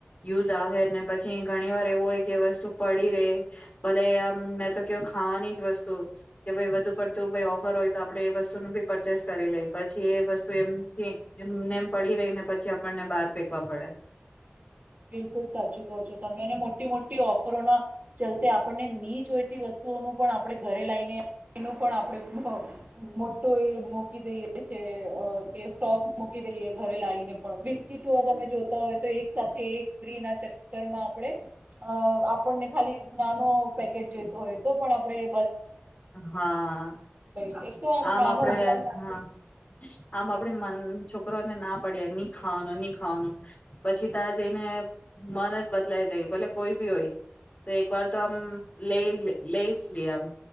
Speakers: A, on the left; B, on the right.
A: યુઝ આવહે ને પછી ઘણી વાર એવુ હોય જે વસ્તુ પડી રે. ભલે આમ મે તો કેવુ ખાવાની વસ્તુ કે ભઈ વધુ પડતું ભઈ ઓ પરોય <unintelligible> તો આપડે એ વસ્તુનું બી પરચેસ કરી લઈએ જે એ વસ્તુ એમ એમ નેમ પડી રઈને પછી આપડને બાર ફેં વા પડે.
B: બિલકુલ સાચું કહો છો તમે. ને મોટી-મોટી ઓફરોના ચલતે આપડને ની જોઈતી વસ્તુઓનું પણ આપડે ઘરે લાઈને એનું પણ આપડે મો મોટો એ મૂકી દઈએ છે અ કે સ્ટોક મૂકી દઈએ ઘરે લાઈને પણ બિસ્કીિટો તમે જોતા હોય તો એક સા એક ફ્રીના ચક્કરમાં આપડે અ આપડને ખાલી નાનો પેકેટ જોઈતો હોય તો પણ આપડે
A: હા
B: લે એક તો
A: આમ
B: નાનો
A: આપડે
B: ઉદાહરણ આપું
A: હા આમ આપડે મન છો રો ને ના પડ્યે ની ખાવાનું ની ખાવાનું પછી ત્યાં જઈને મન જ બદલાઈ જાય. ભલે કોઈ બી હોય. તો એકવાર તો આમ લઈ લેઇટ લે અમ.